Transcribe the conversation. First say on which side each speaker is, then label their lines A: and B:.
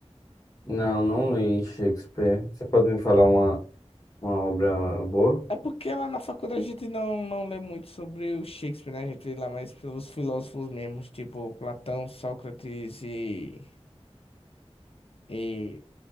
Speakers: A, on the left; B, on the left.
A: Não, não li Shakespeare. Você pode me falar uma, uma obra boa?
B: É porque lá na faculdade a gente não, não lê muito sobre o Shakespeare, né? A gente lê lá mais pelos filósofos mesmos, tipo Platão, Sócrates e... e...